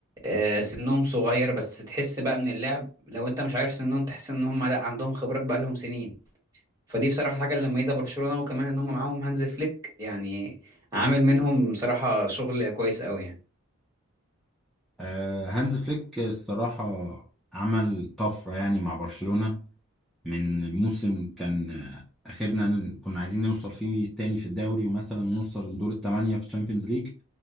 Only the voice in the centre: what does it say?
آه، هانز فليك الصراحه عمل طفره يعني مع برشلونه من موسم كان آه، اخرنا كنا عايزين نوصل فيه تاني في الدوري ومثلا نوصل لدور الثمانيه في تشامبيونز ليج